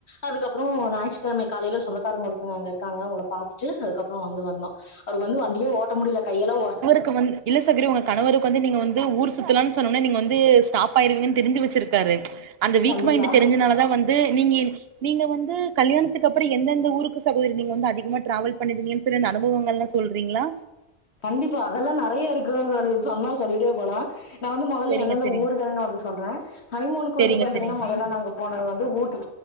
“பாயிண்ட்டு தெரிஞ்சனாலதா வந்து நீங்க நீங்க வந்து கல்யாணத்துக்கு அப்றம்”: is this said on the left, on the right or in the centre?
Right